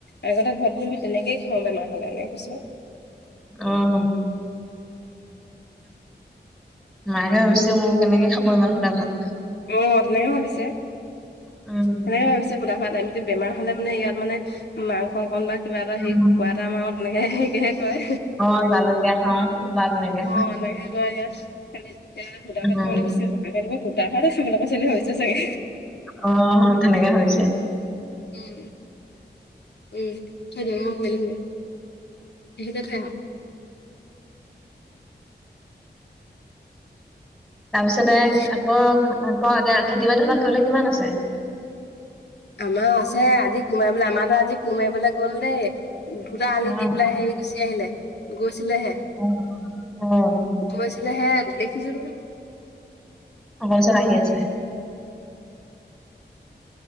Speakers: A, on the left (about 70°); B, in the centre.
A: আগতে ঘৰত বোলো আমি তেনেকে খাওঁ বেমাৰ হলে এনেকে কৈছো।
B: অঁ'। মাকে ভাবিছে উ কেনেকে খাব ইমান শুদা ভাত।
A: অঁ' তেনেকে ভাবিছে,
B: উম।
A: তেনেকে ভাবিছে শুদা ভাত আমিতো বেমাৰ হ'লে মানে ইয়াত মানে মাংস অকন বা কিবা এটা
B: উম
A: হেৰি কুকুৰা এটা মাৰো তেনেকে হেৰিকেহে কয়।
B: অ', জালুক দিয়া খাওঁ বা তেনেকে
A: অঁ' এনেকেহে কয় ইয়াত, খালি এতিয়া শুদা
B: উম,
A: ভাত খাবলৈ কৈছিল ন আইতালোকে শুদা ভাতেহে খাবলৈ কৈছে বুলি ভাবিছে চাগে।
B: অ', তেনেকে হৈছে।
A: উম। উম, থৈ দিয়ক মই মেলিমগে, এইখিনিতে থৈ আহক।
B: তাৰপিছতে
A: কাপোৰখিনি।
B: আকৌ আকৌ এতিয়া খেতি বাতি ধৰি লোৱা কৰিবলে কিমান আছে?
A: আমাৰ আছে আজি কোৰ মাৰিবলে আমাৰতো আজি কোৰ মাৰিবলৈ গ'ল দেই। দুটা আলি
B: অ',
A: দি পেলাই হেৰি গুচি আহিলে, গৈছিলেহে।
B: অ', অ',
A: গৈছিলে হে, দেখিছো
B: ঘৰ ওচৰত আহি আছে।